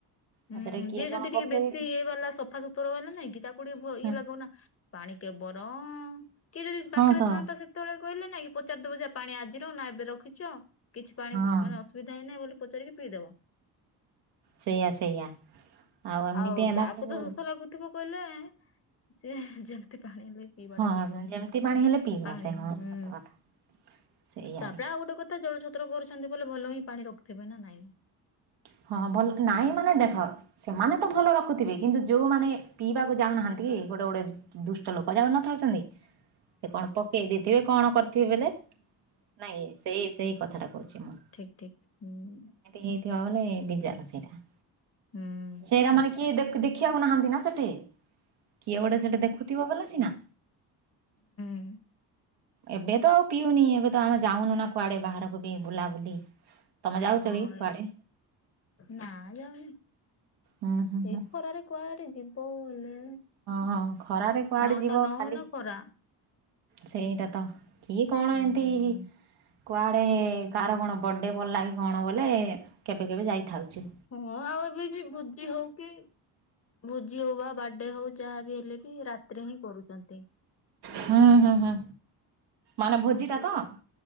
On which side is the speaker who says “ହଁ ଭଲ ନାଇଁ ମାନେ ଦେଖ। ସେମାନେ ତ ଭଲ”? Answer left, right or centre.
Right